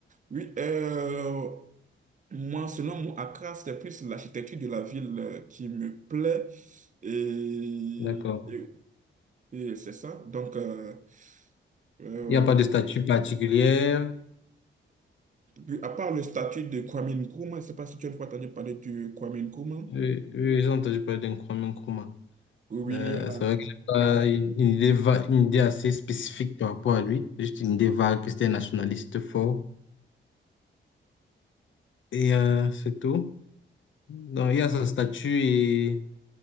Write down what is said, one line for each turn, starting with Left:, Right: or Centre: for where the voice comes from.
Right: Oui, euh, moi, selon moi, Accra, c'est plus l'architecture de la ville euh, qui me plaît. Et,
Left: d'accord.
Right: et- et c'est ça. Donc, euh, euh,
Left: Il n'y a pas de statue particulière.
Right: oui, à part le statut de Kwame Nkrumah, je ne sais pas si tu as une fois entendu parler du Kwame Nkrumah.
Left: Oui, oui, j'ai entendu parler d'un Kwame Nkrumah.
Right: Oui, oui,
Left: Euh,
Right: il y a...
Left: c'est vrai que j'ai pas une, une idée va- une idée assez spécifique par rapport à lui. Juste une idée vague que c'était un nationaliste fort. Et euh, c'est tout. Donc, il y a sa statue